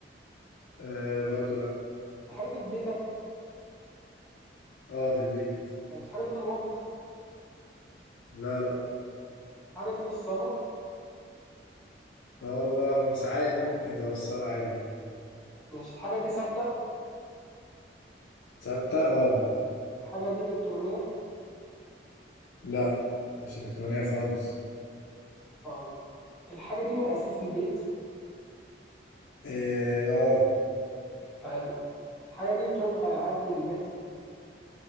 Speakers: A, on the left (about 80°); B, in the centre.
A: آه، برضو لا
B: الحاجة دي في بيتك
A: اه في البيت
B: ماشي الحاجة دي في المطبخ
A: لا لا
B: الحاجة دي في الصالة
A: والله ساعات ممكن تبقى في الصالة عادي اه
B: ماشي الحاجة دي ثابتة
A: ثابتة اه
B: الحاجة دي إلكترونية
A: لا مش إلكترونية خالص
B: طيب الحاجة دي من أساس البيت
A: اه آه.
B: حلو الحاجة دي طولها يعدي المتر